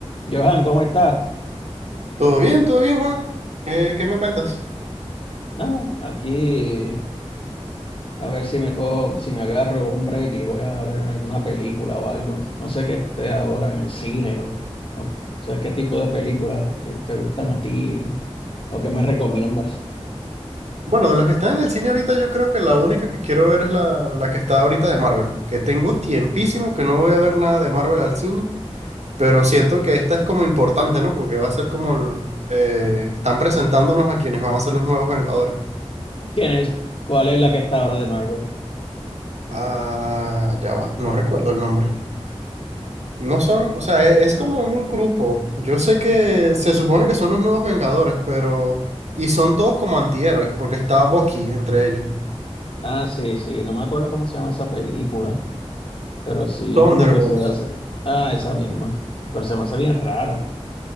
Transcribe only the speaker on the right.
Todo bien, todo bien, Juan. ¿Qué, qué me cuentas?
Bueno, de las que están en el cine ahorita, yo creo que la única que quiero ver es la, la que está ahorita de Marvel. Que tengo tiempísimo que no voy a ver nada de Marvel al cine, pero siento que esta es como importante, ¿no? Porque va a ser como el, eh, están presentándonos a quienes van a ser los nuevos Vengadores.
Ah, ya va, no recuerdo el nombre. No son, o sea, e- es, como un grupo. Yo sé que se supone que son los nuevos Vengadores, pero... Y son todos como antihéroes, porque está Bucky entre ellos.
Thunderbolts.